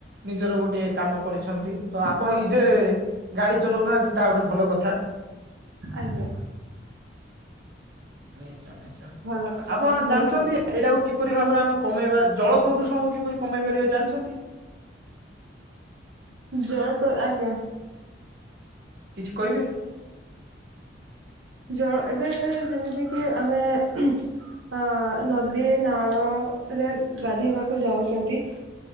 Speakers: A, on the right; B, on the right.
A: ନିଜର ଗୋଟେ କାମ କରିଛନ୍ତି, ତ ଆପଣ ନିଜେ ଗାଡି ଚଲଉନାହାନ୍ତି ତା ଗୋଟେ ଭଲ କଥା।
B: ଆଜ୍ଞା।
A: ନିଶ୍ଚୟ ନିଶ୍ଚୟ
B: ଭଲ କଥା
A: ଆପଣ
B: ଭଲ
A: ଜାଣିଛନ୍ତି
B: କାମ।
A: ଏଇଟାକୁ କିପରି ଭାବରେ ଆମେ କମେଇବା ଜଳ ପ୍ରଦୂଷଣକୁ କିପରି କମେଇ ପାରିବା ଜାଣିଛନ୍ତି?
B: ଜୋର ଆଜ୍ଞା।
A: କିଛି କହିବେ।
B: ଜ ଏବେ ଯେମିତି କିି ଆମେ ଅ ନଦୀ ନାଳ ରେ ଗାଧେଇବାକୁ ଯାଉଛନ୍ତି